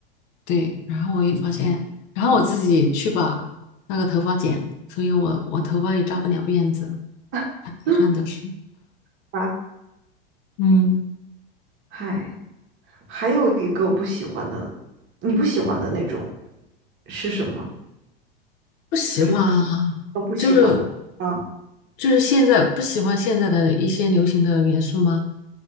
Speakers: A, on the left (about 55°); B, on the right (about 40°).
A: 对，然后我也发现，然后我自己去把那个头发剪了，所以我我头发也扎不了辫子，
B: <laughs>
A: 很遗憾的是，
B: 啊，
A: 嗯，
B: 嗨，还有一个我不喜欢的，你不喜欢的那种是什么？
A: 不喜欢啊，
B: 就是你都不喜欢的啊，
A: 就是就是现在不喜欢现在的一些流行的元素吗？